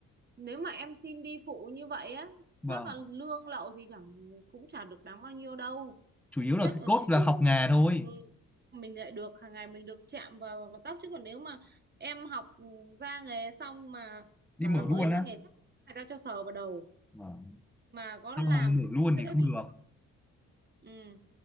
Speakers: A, on the right (about 35°); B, in the centre.
A: nếu mà em xin đi phụ như vậy á,
B: vâng
A: chắc là lương lậu thì chẳng cũng chẳng được đáng bao nhiêu đâu.
B: chủ yếu
A: Chắc
B: là cái
A: là
B: cốt
A: chỉ
B: là
A: đủ.
B: học nghề thôi
A: Ừ. Mình lại được hàng ngày mình được chạm vào vào tóc chứ còn nếu mà em học ra nghề xong mà
B: đi
A: bảo
B: mở
A: là mới
B: luôn
A: ra
B: á
A: nghề chắc người ta cho sờ vào đầu
B: vâng.
A: mà có làm
B: xong mà mở
A: thì
B: luôn
A: cũng dễ
B: thì không
A: bị
B: được
A: hỏng Ừ